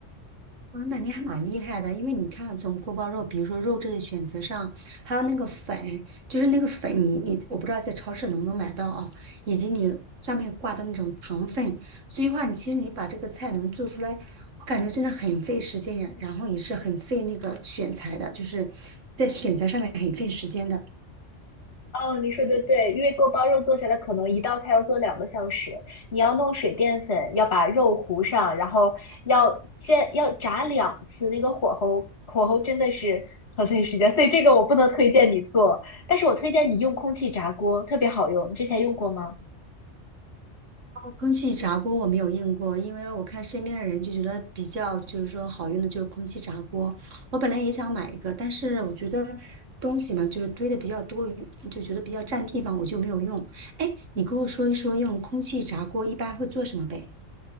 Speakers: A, on the right; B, on the left.
A: 啊，那你还蛮厉害的，因为你看，从锅包肉，比如说肉质的选择上，还有那个粉，就是那个粉你，你我不知道在超市能不能买到啊，以及你上面挂的那种糖分，所以话，你其实你把这个菜能做出来，我感觉真的很费时间呀，然后也是很费那个选材的，就是在选材上面很费时间的。
B: 哦，你说的对，因为锅包肉做下来可能一道菜要做两个小时，你要弄水淀粉，要把肉糊上，然后要煎，要炸两次，那个火候火候真的是很费时间，所以这个我不能推荐你做，但是我推荐你用空气炸锅，特别好用，你之前用过吗？
A: 空气炸锅我没有用过，因为我看身边的人就觉得比较就是说好用的就是空气炸锅。我本来也想买一个，但是我觉得东西嘛就是堆的比较多余就觉得比较占地方，我就没有用。哎，你给我说一说用空气炸锅一般会做什么呗？